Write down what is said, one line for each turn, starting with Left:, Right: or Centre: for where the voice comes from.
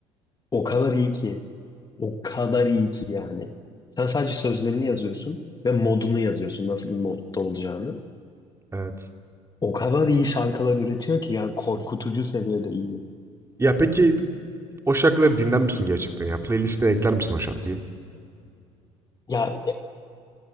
Left: O kadar iyi ki. O kadar iyi ki yani. Sen sadece sözlerini yazıyorsun ve modunu yazıyorsun. Nasıl bir modda olacağını.
Right: evet.
Left: O kadar iyi şarkılar üretiyor ki yani korkutucu seviyede iyi.
Right: Ya peki o şarkıları dinler misin gerçekten ya? Playlist'ine ekler misin o şarkıyı?
Left: Ya